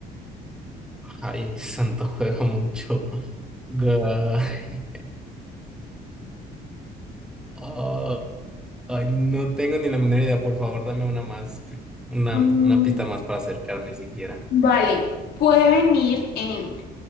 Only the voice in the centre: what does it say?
Ay, Santos juega mucho. Guay. Ah, ay, no tengo ni la menor idea. Por favor, dame una más, una,
una pista más para acercarme siquiera.